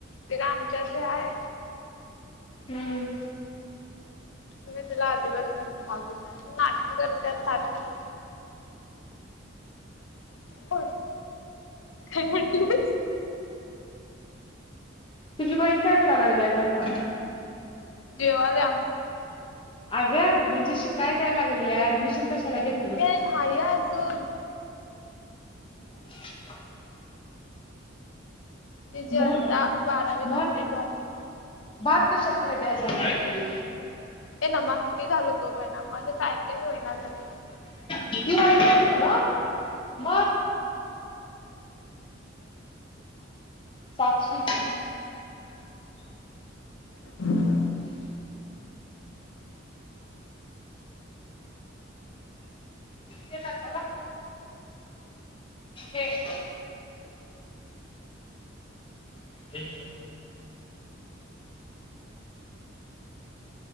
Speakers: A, on the left; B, on the left.
A: ते काय आमच्यातले हाय
B: हम्म
A: मी तुला आधिवासन भाव घला नाटक करतय नाटकी हो काय म्हटलीस
B: तुझी बहीण काय कराय लागली आहे का आता
A: जेवायला या
B: अग्या म्हणजे शिकाय काय लागली आहे ऍडमिशन कशाला घेतली
A: ये नाही अजून
B: <unintelligible>
A: तिची
B: मग
A: आता बारावी
B: <inaudible>
A: कंप्लीट झाली.
B: भात कशात घ्यायचा आहे
A: ते ना मग किती झालं बघ आहे ना माझे टायपिंग होईना झाले
B: त वाट त ना म साक्षी
A: हम्म
B: तेच आहे बघा हे का? एक